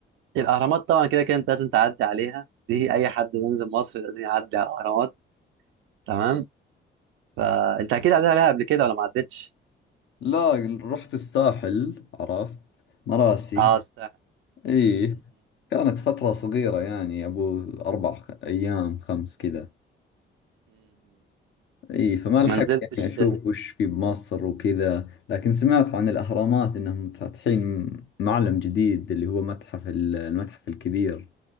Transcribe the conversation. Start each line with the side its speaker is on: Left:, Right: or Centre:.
Right: الاهرامات طبعا كده كده انت لازم تعدي عليها دي اي حد بينزل مصر لازم يعدي على الاهرامات تمام فانت اكيد عديت عليها قبل كده ولا ما عدتش
Left: لا رحت الساحل عرفت مراسي
Right: اه صح
Left: إيه كانت فترة صغيرة يعني أبو أربع خ- أيام خمس كذا إيه فما
Right: ما
Left: لحقت
Right: نزلتش
Left: يعني أشوف وش في بمصر وكذا لكن سمعت عن الأهرامات إنهم فاتحين معلم جديد اللي هو متحف ال- المتحف الكبير